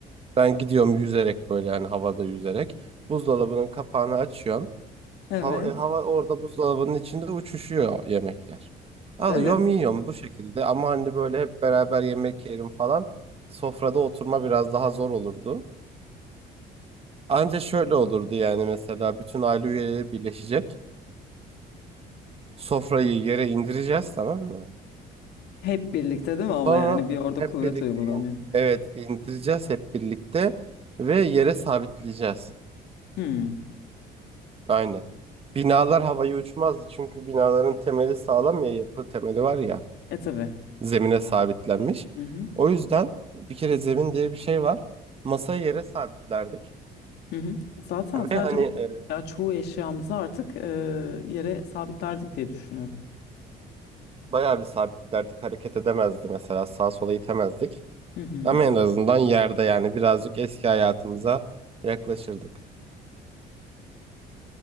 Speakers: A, on the right; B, on the left.
A: Ben gidiyorum yüzerek böyle yani havada yüzerek. Buzdolabının kapağını açıyorum.
B: Evet.
A: Hava, e, hava orada buzdolabının içinde uçuşuyor yemekler. Alıyorum
B: Evet.
A: yiyorum bu şekilde ama hani böyle hep beraber yemek yerim falan. Sofrada oturma biraz daha zor olurdu. Anca şöyle olurdu yani mesela bütün aile üyeleri birleşecek. Sofrayı yere indireceğiz tamam mı?
B: Hep birlikte değil mi ama
A: Sonra
B: yani bir orada
A: hep
B: kuvvet
A: birlikte
B: uygulanıyor.
A: in- evet indireceğiz hep birlikte ve yere sabitleyeceğiz.
B: Hmm.
A: Aynen. Binalar havaya uçmazdı çünkü binaların temeli sağlam ya yapı temeli var ya
B: E tabii.
A: zemine sabitlenmiş.
B: Hı hı.
A: O yüzden bir kere zemin diye bir şey var. Masayı yere sabitlerdik
B: Hı hı. Zaten sadece
A: ve hani e,
B: <laughs> ya çoğu eşyamızı artık e, yere sabitlerdik diye düşünüyorum.
A: bayağı bir sabitlerdik hareket edemezdi mesela sağa sola itemezdik.
B: Hı hı.
A: Ama en azından yerde yani birazcık eski hayatımıza yaklaşırdık.